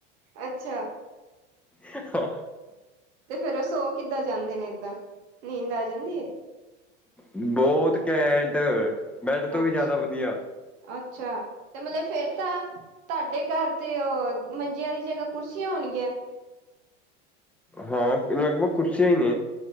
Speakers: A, on the right; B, in the centre.
A: ਅੱਛਾ।
B: ਹਾ।
A: ਤੇ ਫੇਰ ਉਹ ਸੋ ਕਿੱਦਾਂ ਜਾਂਦੇ ਨੇ, ਏਦਾਂ ਨੀਂਦ ਆ ਜਾਂਦੀ ਹੈ।
B: ਬਹੁਤ ਕੈਂਟ। ਬੈਡ ਤੋਂ
A: ਅੱਛਾ
B: ਵੀ ਜ਼ਿਆਦਾ ਵਧੀਆ।
A: ਅੱਛਾ, ਤੇ ਮਤਲਬ ਫੇਰਤਾ। ਤੁਹਾਡੇ ਘਰ ਤੇ ਉਹ ਮੰਜਿਆਂ, ਦੀ ਜਗਾ ਕੁਰਸੀਆਂ ਹੋਣਗੀਆਂ।
B: ਹਾਂ ਲਗਭਗ ਕੁਰਸੀਆਂ ਹੀ ਨੇ।